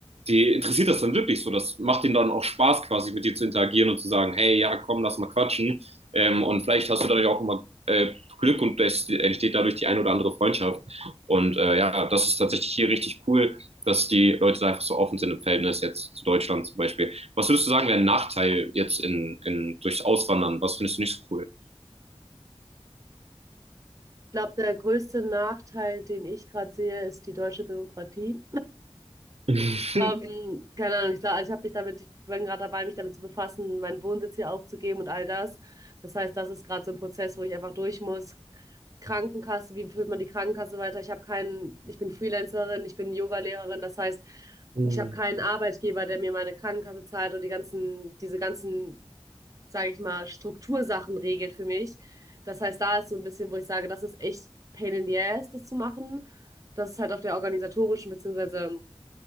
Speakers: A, on the right; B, on the right.
A: die interessiert das dann wirklich so. Das macht ihnen dann auch Spaß, quasi mit dir zu interagieren und zu sagen, hey, ja, komm, lass mal quatschen. Ähm, und vielleicht hast du dadurch auch immer äh, Glück und es entsteht dadurch die ein oder andere Freundschaft. Und äh, ja, das ist tatsächlich hier richtig cool, dass die Leute da einfach so offen sind im Verhältnis jetzt zu Deutschland zum Beispiel. Was würdest du sagen, wäre ein Nachteil jetzt in, in, durchs Auswandern? Was findest du nicht so cool?
B: ich glaube, der größte Nachteil, den ich gerade sehe, ist die deutsche Bürokratie.
A: <laughs>
B: Ähm, keine Ahnung, ich, glaub, also ich habe mich damit, ich bin gerade dabei, mich damit zu befassen, meinen Wohnsitz hier aufzugeben und all das. Das heißt, das ist gerade so ein Prozess, wo ich einfach durch muss. Krankenkasse, wie führt man die Krankenkasse weiter? Ich habe keinen, ich bin Freelancerin, ich bin Yogalehrerin, das heißt,
A: Hm.
B: ich habe keinen Arbeitgeber, der mir meine Krankenkasse zahlt und die ganzen, diese ganzen, sage ich mal, Struktursachen regelt für mich. Das heißt, da ist so ein bisschen, wo ich sage, das ist echt pain in the ass, das zu machen. Das ist halt auf der organisatorischen bzw